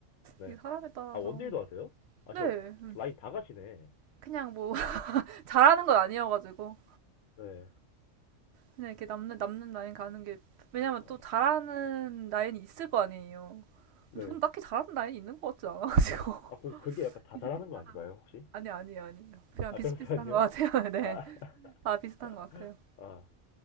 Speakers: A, on the left; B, on the right.
A: 네.
B: 이 사람에 따라서
A: 아, 원딜도 하세요? 아,
B: 네
A: 저
B: 음.
A: 라인 다 가시네.
B: 그냥 뭐 <laughs> 잘하는 건 아니어가지고
A: 네.
B: 그냥 이렇게 남는, 남는 라인 가는 게, 왜냐면
A: 어,
B: 또 잘하는 라인이 있을 거 아니에요.
A: 네.
B: 저는 딱히 잘하는 라인이 있는 것 같진 않아가지고.
A: 아, 그럼 그게 약간 다
B: <laughs> 비슷비슷.
A: 잘하는 거 아닌가요, 혹시?
B: 아니, 아니에요, 아니에요. 그냥
A: 아,
B: 비슷비슷한
A: 그아니에요
B: 것 같아요. <laughs> 네.
A: 아, <laughs>
B: 다 비슷한 것 같아요.
A: 아,